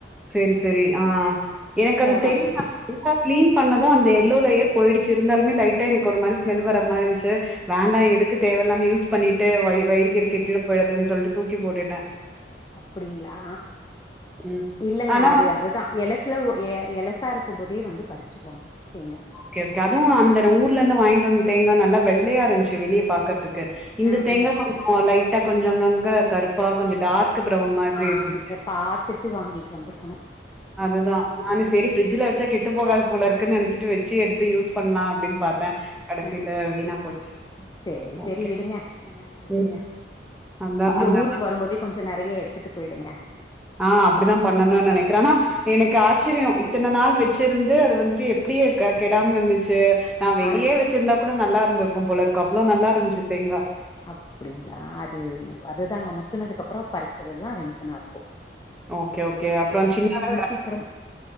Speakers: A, in the centre; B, on the left (about 20°).
A: செரி செரி ஆ எனக்கு அது தெரியு
B: வர்றதுதா
A: நா நல்லா க்ளீன் பண்ணதூ அந்த எல்லோ லேயர் போயிடுச்சி இர்ந்தாலுமே லைட்டா எனக்கு ஒரு மாரி ஸ்மெல் வர மாரிந்த்ச்சு வேண்டா எதுக்கு தேவயில்லாம யூஸ் பண்ணிட்டு வயிறு கியிறு கெட்டிட போயிடுதுன் சொல்ட்டு தூக்கி போட்டுட்டே
B: அப்பிடிங்ளா
A: ம்
B: இல்லங்க
A: ஆனா
B: அது அதுதா எளசுல ஒ எ எளசா இருக்கும் போதே வந்து பறிச்சிருவாங்க தேங்கா
A: கே ஓகே அதுவூ அந்தட ஊர்லந்து வாய்ங்ட்டு வந்த தேங்கா நல்லா வெள்ளையா இர்ந்துச்சு வெளியே பாக்கற்துக்கு இந்த
B: ஆ
A: தேங்கா
B: ஆ
A: கொஞ்சோ லைட்டா கொஞ்சோங்கங்க கருப்பா கொஞ்சோ டார்க் ப்ரவுன் மாதிரி
B: ஆ
A: இருந்துச்சு
B: நீங்க பாத்துட்டு வாங்கிட்டு வந்துருக்ணு
A: அதுதா நானு செரி ஃப்ரிட்ஜ்ல வச்சா கேட்டு போகாது போலருக்குன் நனைச்சிட்டு வச்சு எடுத்து யூஸ் பண்ணா அப்டின் பாத்தே
B: ஆ
A: கடசில
B: ஆ
A: வீணா போச்சு
B: சேரி செரி
A: ஓகே
B: விடுங்க ஆ விடுங்க
A: ம் அதான்
B: நீங்க
A: அந்த
B: ஊருக்கு வரும்போதே கொஞ்சோ நறைய் எடுத்துட்டு போயிடுங்க
A: ஆ அப்பிடிதா பண்ணணூ நனைக்கிறே
B: ஆ
A: ஆனா எனக்கு ஆச்சிரியோ இத்தன நாள் வச்சிருந்து அது வந்துட்டு எப்டி அ கெடாம இர்ந்துச்சு நா வெளியே
B: அது
A: வச்சிர்ந்தா கூட நல்லார்ந்திருக்கூ போலருக்கு அவ்ளோ நல்லார்ந்துச்சு தேங்கா
B: அப்பிடிங்ளா அது அதுதாங்க முத்துனதுக்கப்பறோ பறிச்சதுதா ரீசனார்க்கூ
A: ஓகே ஓகே அப்றோ சின்ன வெங்காய்
B: சீக்கிரம்
A: <inaudible>